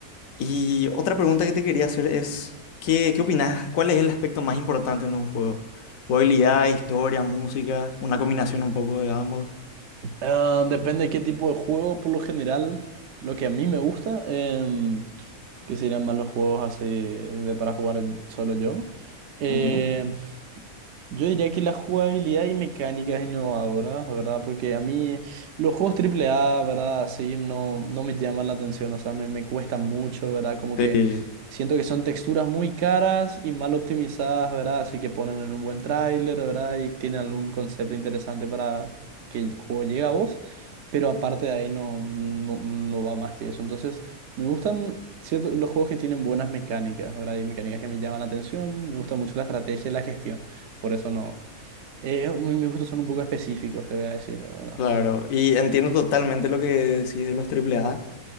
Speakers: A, on the left; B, on the right.
A: Y otra pregunta que te quería hacer es, ¿qué, qué opinás? ¿Cuál es el aspecto más importante en un juego? ¿Jugabilidad, historia, música? ¿Una combinación un poco de ambos?
B: Ah, depende de qué tipo de juego, por lo general, lo que a mí me gusta. em, que serían más los juegos así de para jugar solo yo. Eh,
A: Ujú.
B: yo diría que la jugabilidad y mecánicas innovadoras, ¿verdad? Porque a mí los juegos triple A ¿verdad? Sí, no, no me llaman la atención, o sea, me, me cuesta mucho, ¿verdad? Como
A: Sí,
B: que siento que son texturas muy caras y mal optimizadas, ¿verdad? Así que ponen en un buen tráiler, ¿verdad? Y tienen algún concepto interesante para que el juego llegue a vos, pero aparte de ahí no, no, no va más que eso. Entonces, me gustan Cierto, los juegos que tienen buenas mecánicas, ¿verdad? Hay mecánicas que me llaman la atención, me gusta mucho la estrategia y la gestión, por eso no. Eh, mi- mis gustos son un poco específicos, te voy a decir, ¿verdad?
A: claro. Y entiendo totalmente lo que decís de los triple A.